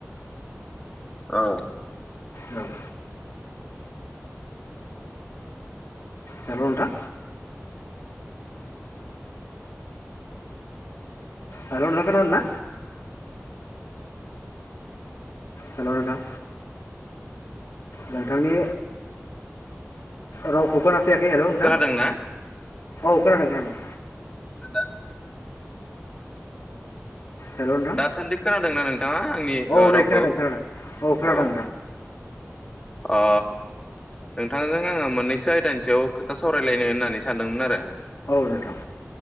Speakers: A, on the left; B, on the left.
A: औ
B: औ हेल' नोंथां हेल' नोंथां खोनादोंना? हेल' नोंथां नोंथांनि रावखो खोना फैयाखै हेल' नोंथां।
A: खोनादोंना
B: औ खोनादों खोनादों।
A: नोंथां।
B: हेल' नोंथां
A: दासान्दि खोनादोंना नोंथाङा आंनि
B: औ नै
A: रावखौ
B: खोनादों खोनादों खोनादों
A: औ
B: नोंथां
A: अ नोंथांजों आङो मोननैसो आयदानि सायाव खोथा सावरायलायनो होननानै सानदोंमोन आरो
B: औ नोंथां